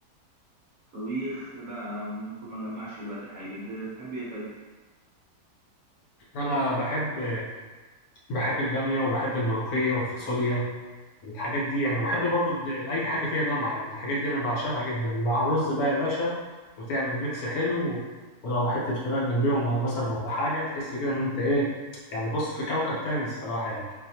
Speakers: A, on the right; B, on the left.
A: طبيخ لا ممكن ما نجمعش دلوقتي حاجه انت تحب ايه طيب؟
B: انا بحب بحب البامية وبحب الملوخية والفاصوليا الحاجات دي يعني بحب برضو الد- أي حاجة فيها دمعة يعني الحاجات دي أنا بعشقها جدا مع الرز بقى يا باشا وتعمل ميكس حلو ولو حتة فراخ جنبيهم مثلا ولا حاجة تحس كده إن أنت إيه يعني بص في كوكب تاني الصراحة يعني